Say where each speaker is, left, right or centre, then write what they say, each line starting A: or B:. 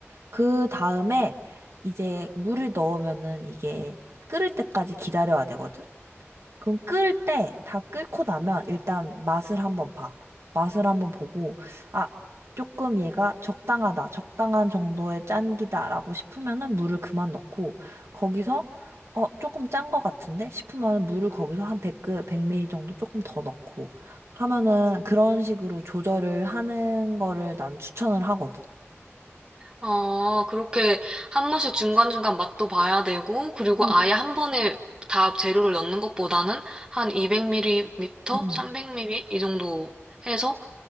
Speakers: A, on the right; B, on the right.
A: 그 다음에 이제 물을 넣으면은 이게 끓을 때까지 기다려야 되거든? 그럼 끓을 때 다 끓고 나면 일단 맛을 한번 봐. 맛을 한번 보고, 아, 조금 얘가 적당하다. 적당한 정도의 짠기다라고 싶으면은 물을 그만 넣고, 거기서, 어, 조금 짠 것 같은데? 싶으면 물을 거기서 한 100, 1리 m l 정도 조금 더 넣고 하면은 그런 식으로 조절을 하는 거를 난 추천을 하거든.
B: 어, 그렇게 한 번씩 중간중간 맛도 봐야 되고, 그리고
A: 음,
B: 아예 한 번에 다 재료를 넣는 것보다는 한 2 0 0 m m
A: 음.
B: 3 0 0 m m 이 정도 해서